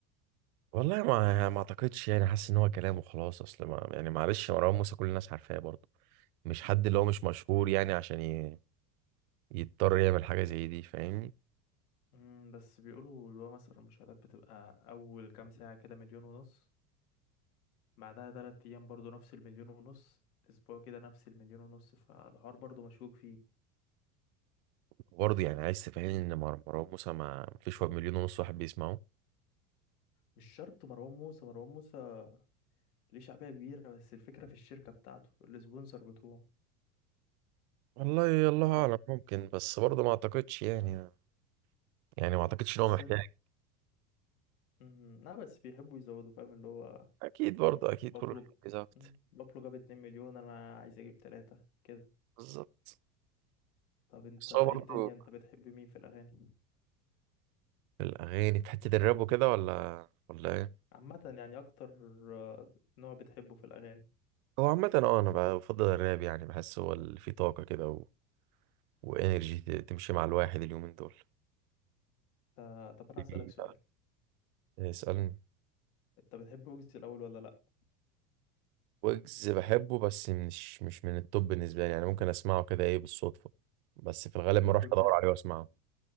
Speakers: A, on the right; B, on the left.
A: والله ما ما اعتقدش يعني حاسس ان هو كلام وخلاص اصل ما يعني معلش مروان موسى كل الناس عارفاه برضه مش حد اللي هو مش مشهور يعني عشان ي... يضطر يعمل حاجه زي دي فاهمني
B: امم بس بيقولوا اللي هو مثلا المشاهدات بتبقى اول كام ساعة كده مليون ونص بعدها تلات ايام برضو نفس المليون ونص اسبوع كده نفس المليون ونص فالحوار برضو مشكوك فيه
A: برضه يعني عايز تفهمني ان مر- مروان موسى ما ما فيش واحد مليون ونص واحد بيسمعه
B: مش شرط مروان موسى مروان موسى ليه شعبية كبيرة بس الفكرة في الشركة بتاعته السبونسر بتوعه
A: والله الله اعلم
B: ف-
A: ممكن بس برضه ما اعتقدش يعني يعني ما اعتقدش ان
B: بس
A: هو محتاج
B: مم، لا بس بيحبوا يزودوا فاهم اللي هو
A: اكيد برضه اكيد
B: بابلو
A: كله بيركز اكتر
B: مم، بابلو جاب 2 مليون انا عايز اجيب 3 كده
A: بالظبط
B: طب انت
A: بس
B: ايه
A: هو برضه
B: الدنيا انت بتحب مين في الاغاني
A: الاغاني في حته الراب وكده ولا ولا ايه
B: عامة يعني اكتر آه، نوع بتحبه في الاغاني
A: هو عامه اه انا بفضل الراب يعني بحس هو اللي فيه طاقه كده و... وانرجي ت- تمشي مع الواحد اليومين دول
B: آه، طب انا هسألك
A: إيه،
B: سؤال
A: اسالني
B: انت بتحب ويجز الاول ولا لا
A: ويجز بحبه بس مش مش من التوب بالنسبة لي يعني ممكن اسمعه كده ايه بالصدفة بس في الغالب
B: طب
A: ما اروحش
B: ويجز
A: ادور عليه واسمعه